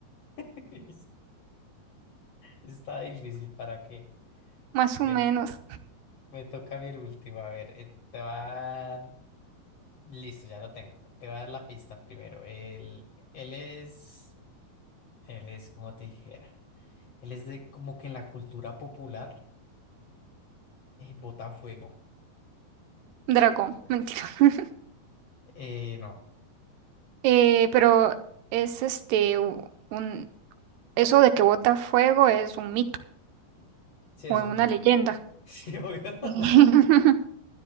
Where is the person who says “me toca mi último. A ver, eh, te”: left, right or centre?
Left